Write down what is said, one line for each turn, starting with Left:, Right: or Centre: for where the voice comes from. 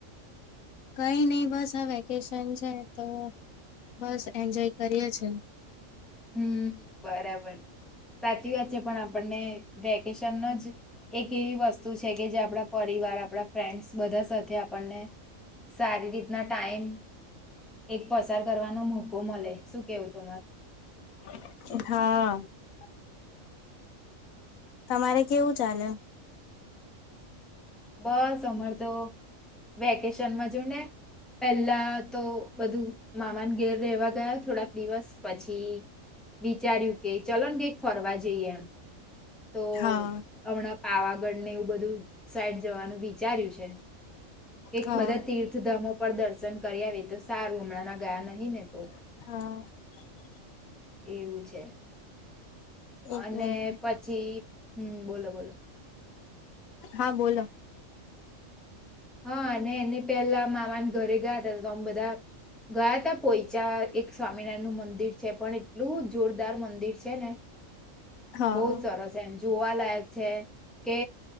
Left: કઈ નહ બસ આ વેકેશન છે તો બસ એન્જોય કરીએ છે.
Centre: હમ બરાબર સાચી વાત છે પણ આપણને વેકેશન જ એક એવી વસ્તુ છે કે જે આપણા પરિવાર આપણા ફ્રેન્ડસ બધા સાથે આપણને સારી રીતના ટાઈમ એક પસાર કરવાનો મોકો મળે શું કેવું તમાર.
Left: <inaudible> તમારે કેવું ચાલે.
Centre: બસ અમાર તો વેકેશનમાં જો ને પેલા તો બધું મામાને ઘેર રહેેવા ગયા થોડાક દિવસ પછી વિચાર્યું કે ચલો ને કંઈક ફરવા જઈએ એમ. તો
Left: હા
Centre: હમણાં પાવાગઢ ને એવું બધું સાઈડ જવાનું વિચાર્યું છે. એક
Left: હા
Centre: બધા તીર્થધામો પર દર્શન કરી આવી તો સારું હમણાંના ગયા નહી ને તો
Left: <inaudible>
Centre: એવું છે.
Left: એક
Centre: અને
Left: મિનિટ
Centre: પછી <inaudible> હમ બોલો બોલો.
Left: હા બોલો.
Centre: હા અને એને પેલા મામાના ઘરે ગયા ત તો આમ બધા ગયા ત પોયચા એક સ્વામિનારાયણ નું મંદિર છે પણ એટલું જોરદાર મંદિર છે ને.
Left: હા
Centre: બહુ જ સરસ એમ. જોવાલાયક છે કે